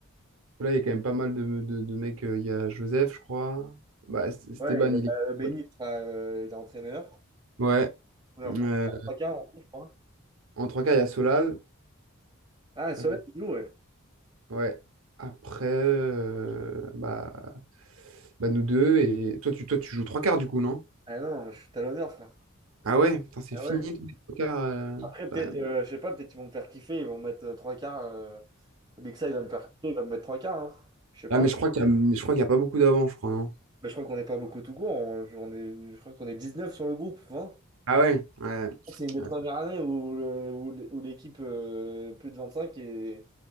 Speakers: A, on the right (about 75°); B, on the right (about 20°).
A: là, il y a quand même pas mal de, de, de mecs. euh, Il y a Joseph, je crois. Bah, C- Stéban,
B: Ouais, et,
A: il est
B: euh, Benny,
A: coach.
B: il sera, euh, il est entraîneur.
A: Ouais.
B: On est en-
A: Euh,
B: en 3 en tout, je crois.
A: en trois quarts, il y a Solal.
B: Ah, Soleil,
A: Euh,
B: il joue, ouais.
A: ouais. Après, euh, bah, bah, nous deux. Et toi, tu, toi, tu joues trois quarts du coup, non?
B: Ah non, je suis talonneur, frère.
A: Ah ouais, putain, c'est
B: Ah
A: fini
B: ouais.
A: les trois quarts. euh.
B: Après, peut-être,
A: Bah,
B: euh, je sais pas, peut-être ils vont me faire kiffer, ils vont me mettre euh, 3 quarts. Euh, Lexa, il va me faire kiffer, il va me mettre 3 quarts. hein. Je sais pas.
A: Ah, mais je crois qu'il y a, je crois qu'il y a pas beaucoup d'avant, je crois, non?
B: Mais je crois qu'on n'est pas beaucoup tout court. On, on est, je crois qu'on est 19 sur le groupe, 20.
A: Ah ouais, ouais.
B: C'est une des
A: Ouais,
B: premières années où le- où l'é- où l'équipe euh, plus de 25 est,